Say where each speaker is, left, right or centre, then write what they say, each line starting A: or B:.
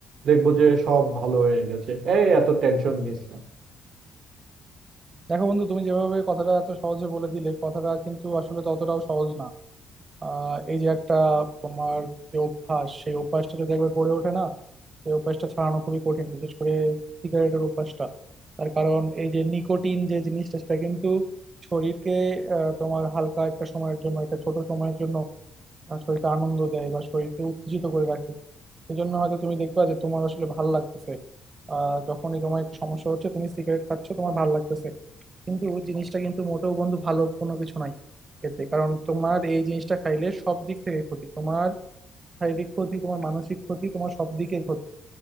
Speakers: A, on the right; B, on the right.
A: দেখবো যে সব ভালো হয়ে গেছে এই এত টেনশন নিস
B: দেখো বন্ধু তুমি যেভাবে কথাটা এত সহজে বলে দিলে কথাটা কিন্তু আসলে ততটাও সহজ না আহ এই যে একটা তোমার যে অভ্যাস সেই অভ্যাসটা যদি একবার গড়ে ওঠে না এই অভ্যাসটা ছাড়ানো খুবই কঠিন বিশেষ করে সিগারেটের অভ্যাসটা তার কারণ এই যে নিকোটিন যে জিনিসটা সেটা কিন্তু শরীরকে আহ, তোমার হালকা একটা সময়ের জন্য একটা ছোট সময়ের জন্য আহ, শরীরকে আনন্দ দেয় বা শরীরকে উত্তেজিত করে রাখে এই জন্য হয়তো তুমি দেখবা যে তোমার আসলে ভাল লাগতেছে আহ যখনই তোমার একটু সমস্যা হচ্ছে তুমি সিগারেট খাচ্ছ তোমার ভাল লাগতেছে কিন্তু জিনিসটা কিন্তু মোটেও বন্ধু ভালো কোনো কিছু নাই এতে কারণ তোমার এই জিনিসটা খাইলে সব দিক থেকে ক্ষতি তোমার শারীরিক ক্ষতি তোমার মানসিক ক্ষতি তোমার সব দিকের ক্ষতি